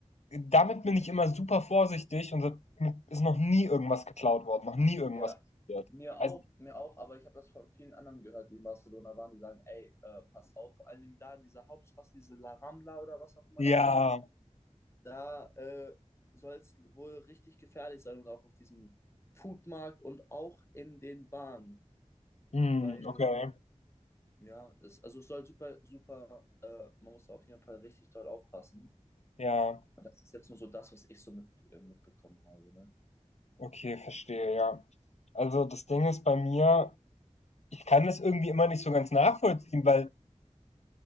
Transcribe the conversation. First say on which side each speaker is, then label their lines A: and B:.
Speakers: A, on the left; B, on the left.
A: damit bin ich immer super vorsichtig und da ist noch nie irgendwas geklaut worden, noch nie irgendwas
B: ja,
A: passiert.
B: mir
A: Also,
B: auch, mir auch, aber ich habe das von vielen anderen gehört, die in Barcelona waren, die sagen, ey, äh, pass auf, vor allen Dingen da in dieser Hauptstraße, diese La Rambla oder was auch immer
A: ja,
B: das ist, da äh, soll es wohl richtig gefährlich sein und auch auf diesem Foodmarkt und auch in den Bahnen,
A: hm,
B: weil
A: okay,
B: Ja, es, also es soll super, super, äh, man muss da auf jeden Fall richtig doll aufpassen.
A: ja,
B: Und das ist jetzt nur so das, was ich so mit, äh, mitbekommen habe, ne?
A: okay, verstehe, ja. Also das Ding ist bei mir, ich kann das irgendwie immer nicht so ganz nachvollziehen, weil,